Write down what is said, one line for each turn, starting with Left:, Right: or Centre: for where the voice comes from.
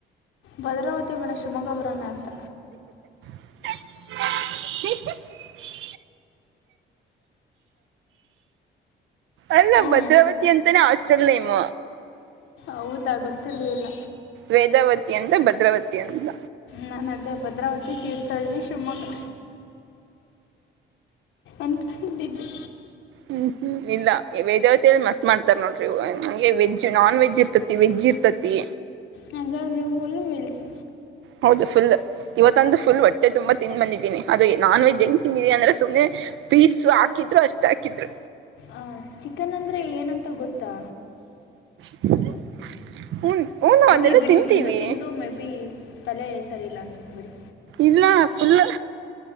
Left: ಭದ್ರಾವತಿ ಮೇಡಮ ಶಿವಮೊಗ್ಗಬರಾನ ಅಂತ
Right: <unintelligible> ಅಲ್ಲ
Left: ಹ್ಞೂ
Right: ಭದ್ರಾವತಿ ಅಂತಾನೇ ಹಾಸ್ಟೆಲ್ ನಿಮ್
Left: ಹೌದಾ ಗೊತ್ತಿರಲಿಲ್ಲ
Right: ವೇದಾವತಿ ಅಂತ ಭದ್ರಾವತಿ ಅಂತ
Left: ನಾನು ಅದೇ ಭದ್ರಾವತಿ ತೀರ್ಥಹಳ್ಳಿ ಶಿವಮೊಗ್ಗ ಅಕ ದಿದ್ದಿ
Right: ಹ್ಮ್ ಹ್ಮ್ ಇಲ್ಲ ವೇದಾವತಿಯ ಮಸ್ತ್ ಮಾಡ್ತಾರ್ ನೋಡ್ರಿ ಹಂಗೆ ವೆಜ್ ನಾನ್ ವೆಜ್ ಇರ್ತತಿ ವೆಜ್ ಇರ್ತಿ ಪ್ಪತಿ
Left: ಹಂಗ ನೀವು ಪೂಲ್ಲ ಮೀಲ್ಚಿ
Right: ಹೌದು ಫುಲ್ ಇವತ್ತಂದ ಫುಲ್ ಹೊಟ್ಟೆ ತುಂಬಾ ತಿನ್ ಬಂದಿದ್ದೀನಿ ಅದು ನಾನ್ ವೆಜ್ ಹೆಂಗ್ ತಿಿಂದೀಿ ಅಂದ್ರೆ ಸುಮ್ಮನೆ ಪೀಸ್ ಹಾಕಿದ್ರು ಅಷ್ಟ ಹಾಕಿದ್ರು.
Left: ಆ ಚಿಕನ್ ಅಂದ್ರೆ ಏನಂತ ಗೊತ್ತಾ?
Right: <unintelligible>
Left: ಇರ್ಲಿ
Right: ಅದನ್ನೆಲ್ಲ
Left: ಬಿಡಿ
Right: ತಿಂತೀವಿ
Left: ತಿಂದು ತಿಂದು ಮೇ ಬಿ ತಲೆ ಸರಿ ಇಲ್ಲ ಅನ್ಸತ್ ಬಿಡಿ.
Right: ಇಲ್ಲ ಫುಲ್